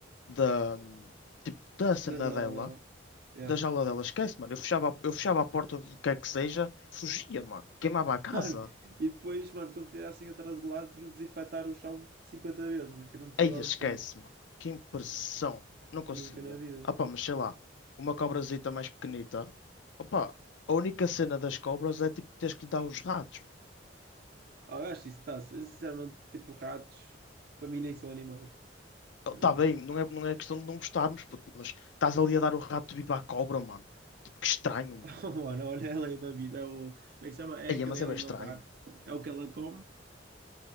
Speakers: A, on the left (about 75°); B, on the right (about 50°).
A: da. tipo, da cena
B: Da jaula
A: dela.
B: dela. Yeah.
A: da jaula dela, esquece, mano. Eu fechava, eu fechava a porta do que é que seja, fugia, mano. Queimava a casa.
B: <laughs> Mano, e depois, mano, quando tirassem atrás do lado, tinham de desinfetar o chão 50 vezes, porque eu não metia
A: Aí
B: lá
A: esquece,
B: os pés.
A: mano. Que impressão. Não conseguia.
B: Nunca na vida.
A: Ah, pá, mas sei lá, uma cobrazita mais pequenita. Opa, a única cena das cobras é tipo teres que lhe dar os ratos, mano.
B: Ah, eu acho isso está. Eu sinceramente, tipo, ratos, para mim nem são animais.
A: Tá
B: <laughs>
A: tá bem, não é, não é questão de não gostarmos, puto, mas estás ali a dar o rato vivo à cobra, mano. Tipo, que estranho, meu.
B: Oh, mano, olha é a lei da vida, é o. Como é que se chama? É
A: Aí,
B: a cadeia
A: mas é
B: alimentar,
A: bem estranho.
B: é o que ela come.